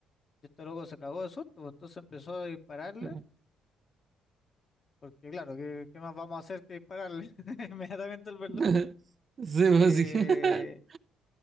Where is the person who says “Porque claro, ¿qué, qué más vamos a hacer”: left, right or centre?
Left